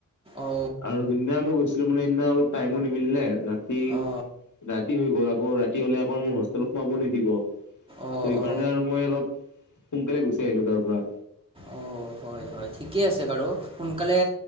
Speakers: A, on the right (about 15°); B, on the left (about 65°).
A: অ
B: আৰু যোন দিনা মই গৈছিলো মানে না অলপ টাইমো নিমিলিলে ৰাতি
A: অ
B: ৰাতি হৈ গ'ল আকৌ ৰাতি হলে আকৌ মোৰ সোমাব নিদিব'
A: অ
B: সেইকাৰণে
A: অ
B: আৰু মই অলপ সোনকালে গুচি আহিলো তাৰ পৰা।
A: অ' হয়, হয়, ঠিকে আছে বাৰু সোনকালে